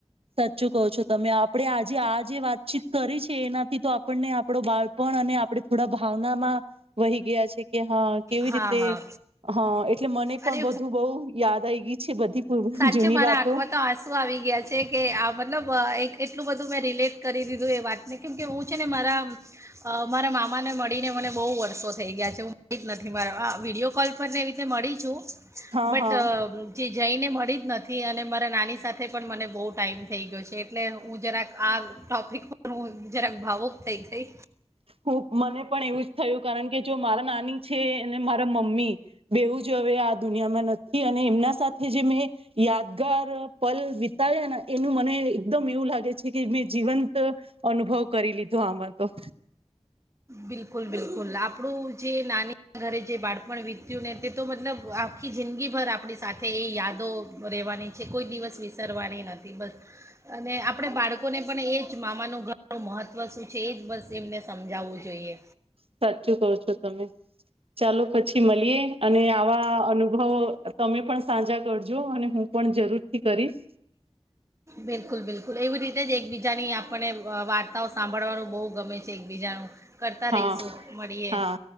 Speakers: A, on the right; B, on the right.
A: સાચું કહો છો તમે આપણે આજે આ જે વાતચીત કરી છે એનાથી તો આપણને આપડો બાળપણ અને આપણે થોડા ભાવનામાં વહી ગયા છે કે હા કેવી
B: હા
A: રીતે
B: હા
A: હા એટલે મને પણ
B: અરે
A: બધું બહુ યાદ આવી ગઈ છે બધી
B: સાચે
A: જૂની
B: મારા
A: વાતો
B: આંખમાં તો આંસુ આવી ગયા છે કે આ મતલબઆ એક એટલું બધું રિલેટ કરી દીધું એ વાતને કેમ કે હું છેને મારા મારા મામા ને મળ ને મને બહુ વર્ષો થઈ ગયા છે હ નથી મારા આ વિડીયો કોલ પરને એ રીતે મળી છું
A: હા
B: બટ
A: હા
B: જે જઈને મળી જ નથી અને મારા નાની સાથે પણ મને બહુ ટાઈઇમ થઈ ગયો છે. ને હું જરાક આ ટોપિક પર હું જરાક ભાવુક થઈ ગઈ.
A: હું મને પણ એવું જ થયું કારણ કે જો મારા નાની છે અને મારા મમ્મી બેવું જ હવે આ દુનિયામાં નથી અને એમના સાથે જે મેં યાદગાર પલ વિતાયા ને એનું મને એકદમ એવું લાગે છે. કે મેં જીવંત અનુભવ કરી લી તો આમાં તો
B: બિલકુલ બિલકુલ આપડુ જે નાની ઘરે જે બાળપણ વીત્યું ને તે તો મતલબ આખી જિંદગીભર આપડી સાથે એ યાદો રેવાની છે કોઈ દિવસ વિસરવાની ન તીબ અને આપ પણે બાળકોને પણ એ જ મામાનું ઘરનું મહત્વ શું છે એ જ બસ એમને સમજાવવું. જોઈએ
A: સાચું કહો છો તમે ચાલો પછી મળીએ અને આવા અનુભવો તમે પણ સાજા કરજો અને હું પણ જરૂર થી કરીશ.
B: બિલકુલ બિલકુલ એવી રીતે જ એકબીજાની આપને વાર્તાઓ સાંભળવાનું બહુ ગમે છે એકબીજાનું. કરતા
A: હા
B: રહીશું મળીએે
A: હા